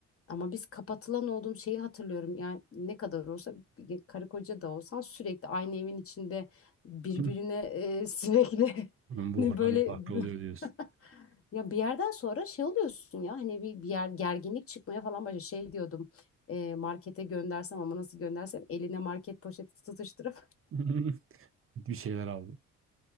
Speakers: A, on the left; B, on the right.
A: Ama biz kapatılan olduğum şeyi hatırlıyorum. Yani ne kadar olsa bir karı koca da olsan sürekli aynı evin içinde birbirine
B: <clears throat>
A: e, sürekli
B: Bunun buhranı
A: <laughs> böyle
B: farklı oluyor
A: <laughs>
B: diyorsun.
A: Ya bir yerden sonra şey oluyorsun ya hani bir, bir yer gerginlik çıkmaya falan başlıyor. Şey diyordum e, markete göndersem ama nasıl göndersem eline market poşeti tutuşturup
B: <laughs> Bir şeyler aldı.